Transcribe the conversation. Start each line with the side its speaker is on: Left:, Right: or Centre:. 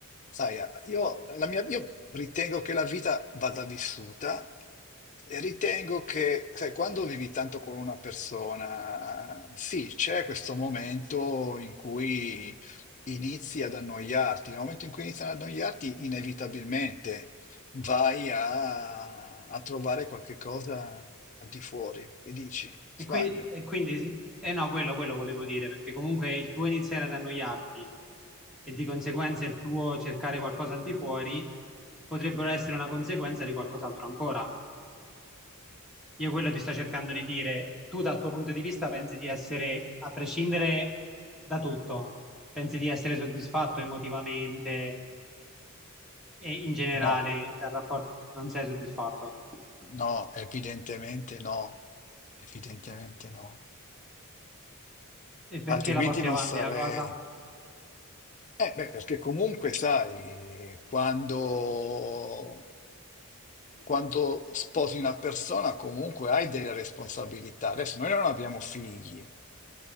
Left: Sai, eh, io, la mia- io ritengo che la vita vada vissuta e ritengo che, sai, quando vivi tanto con una persona, sì, c'è questo momento in cui inizi ad annoiarti. Nel momento in cui inizi ad annoiarti, inevitabilmente vai a, a trovare qualche cosa al di fuori e dici, sbaglio.
Centre: E, qui- e quindi, sì- eh no, quello, quello volevo dire, perché comunque il tuo iniziare ad annoiarti e di conseguenza il tuo cercare qualcosa al di fuori potrebbero essere una conseguenza di qualcos'altro ancora. Io quello ti sto cercando di dire, tu dal tuo punto di vista pensi di essere, a prescindere da tutto, pensi di essere soddisfatto emotivamente e in generale
Left: No,
Centre: dal rapporto non sei soddisfatto.
Left: no, evidentemente no. Evidentemente no,
Centre: E perché
Left: altrimenti
Centre: la porti
Left: non
Centre: avanti
Left: sarei.
Centre: la cosa?
Left: Eh, beh, perché comunque sai, quando, quando sposi una persona comunque hai delle responsabilità. Adesso noi non abbiamo figli,